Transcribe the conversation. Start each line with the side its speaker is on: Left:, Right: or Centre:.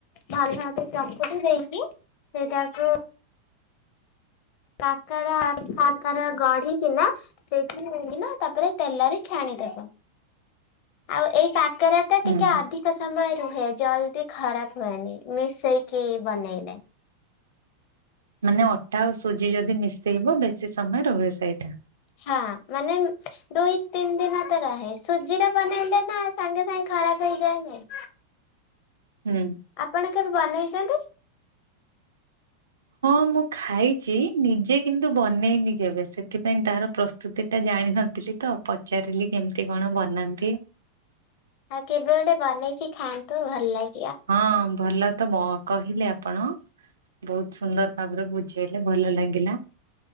Left: ଭଲ <unintelligible> ଦେଇଛିି ସେଇଟାକୁ କାକାରା ପାକାରା ଗଢି କି ନା ସେଇଠି ନେଇକିନା ତାପରେ ତେଲ ଛାଣିଦବ ଆଉ ଏଇ କାକରା ଏଟା
Right: ହୁଁ।
Left: ଟିକେ ଅଧିକ ସମୟ ରୁହେ ଜଲ୍ଦି ଖରାପ ହୁଏନି ମିଶେଇକି ବନେଇଲେ।
Right: ମାନେ ଅଟା ଆଉ ସୁଜି ଯଦି ମିଶେଇବ ବେଶି ସମୟ ରହେ ସେଇଟା?
Left: ହଁ ମାନେ ଦୁଇ ତିନି ଦିନ ତ ରହେ ସୁଜିରେ ବନେଇଲେ ନା ସାଙ୍ଗେ ସାଙ୍ଗେ ଖରାପ ହେଇଯାଏନି?
Right: ହୁଁ।
Left: ଆପଣ କେବେ ବନେଇଛନ୍ତି?
Right: ହଁ ମୁଁ ଖାଇଚି ନିଜେ କିନ୍ତୁ ବନେଇନି କେବେ ସେଥିପାଇଁ ତାର ପ୍ରସ୍ତୁ ସେତେଟା ଜାଣିିନଥିଲି ତ ପଚାରିଲି କେମିତି କଣ ବନାନ୍ତି?
Left: ଆଉ କେବେ ଗୋଟେ ବନେଇକି ଖାଆନ୍ତୁ ଭଲ ଲାଗେ।
Right: ହଁ ଭଲତ ବ କହିଲେ ଆପଣ ବହୁତ ସୁନ୍ଦର ଭାବରେ ବୁଝେଇଲେ। ଭଲ ଲାଗିଲା